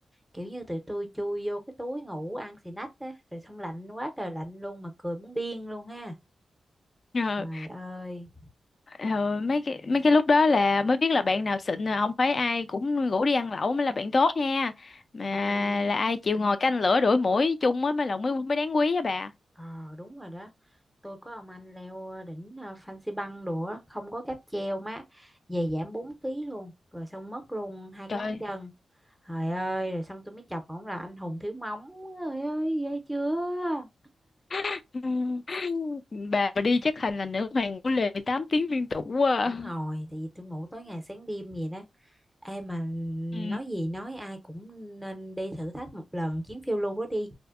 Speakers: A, in the centre; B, on the left (about 45°).
A: kiểu như tụi tôi chui vô cái túi ngủ ăn xì nách á rồi xong lạnh quá trời lạnh luôn mà cười muốn điên luôn ha
B: Ờ,
A: trời ơi
B: ờ, mấy cái mấy cái lúc đó là mới biết là bạn nào xịn là không phải ai cũng rủ đi ăn lẩu mới là bạn tốt nha. Mà
A: Ừm,
B: là ai chịu ngồi canh lửa đuổi muỗi chung á mới là mới mới đáng quý á bà.
A: ờ đúng rồi đó tôi có ông anh leo ờ, đỉnh ờ, Fansipan đồ á không có cáp treo má về giảm 4 ký luôn rồi xong mất luôn hai
B: Trời.
A: cái móng chân trời ơi rồi xong tôi mới chọc ổng là anh hùng thiếu móng trời ơi ghê chưa
B: <laughs> Bà đi chắc thành là nữ hoàng của lề 8 tiếng liên tục quá. à.
A: đúng rồi tại vì tôi ngủ tối ngày sáng đêm vậy đó Ê mà
B: Ừ.
A: nói gì nói ai cũng nên đi thử thách một lần chuyến phiêu lưu đó đi